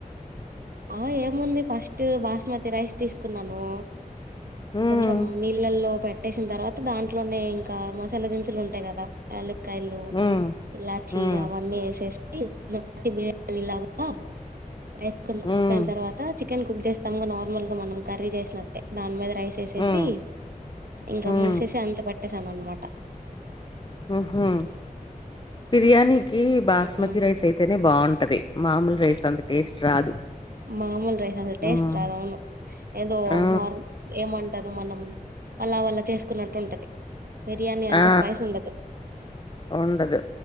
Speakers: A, on the right; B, on the left.
A: ఆ ఏముంది ఫస్ట్ బాస్మతి రైస్ తీస్కున్నాను.
B: ఉమ్
A: కొంచెం నీళ్ళల్లో పెట్ పెట్టేసిన్ తర్వాత దాంట్లోనే ఇంకా మసాలా దినుసులు ఉంటాయి కదా కాయలు
B: ఉమ్
A: ఇలాచి
B: ఉమ్
A: అవన్నీ ఏసేస్ బిర్యానీ లాగా <unintelligible>
B: ఉమ్
A: చికెన్ కుక్ చేస్తాం నార్మల్గా మనం కర్రీ చేస్ ట్లాంటే దాన్ మీద రైస్ ఏసేసి
B: ఉమ్
A: ఇంకా
B: ఉమ్
A: మూసేసి అంత పట్ ట్టేసాను అన్నమాట.
B: మ్ హ్ బిర్యానీకి బాస్మతి
A: ఉమ్,
B: రైస్ అయితేనే బాగుంటది. మామూల్ రైస్ అంత టేస్ట్ రాదు.
A: మామూల్ రైస్ అసల్
B: హ్మ్
A: టేస్ట్ రాద్ అవును ఏదో
B: ఆ
A: నార్ ఏమంటరు మనం పలావల చేస్కున్నట్టుంటది బిర్యానీ అంత
B: ఆ
A: స్పైస్ ఉండదు.
B: ఉండదు.